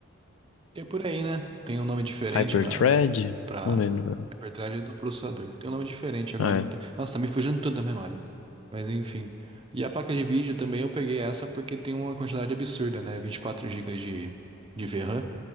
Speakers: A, on the right (about 25°); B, on the left (about 75°).
A: É por aí, né? Tem um nome diferente
B: Hyperthread?
A: na para
B: Não lembro. Né?
A: hiperthread do processador. Tem um nome diferente agora
B: Ah,
A: que
B: é.
A: tá... Nossa, tá me fugindo tudo da memória. Mas enfim. E a placa de vídeo também eu peguei essa porque tem uma quantidade absurda, né? 24 gigas de de VRAM.